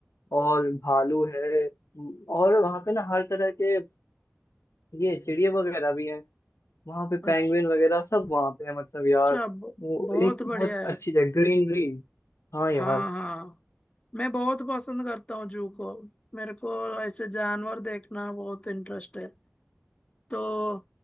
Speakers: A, on the left (about 80°); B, on the left (about 25°).
A: और भालू है और वहाँ पे ना हर तरह के ये चिड़िया वगैरह भी हैं वहां पे
B: अच्छा
A: पेंगुइन वगैरह सब वहां पे है मतलब यार
B: अच्छा ब-
A: वो
B: बहुत
A: एक बहुत
B: बढ़िया यार
A: अच्छी जगह ग्रीनरी हाँ
B: हाँ
A: यार
B: हाँ मैं बहुत पसंद करता हूँ जू को मेरे को ऐसे जानवर देखना बहुत इंटरेस्ट है तो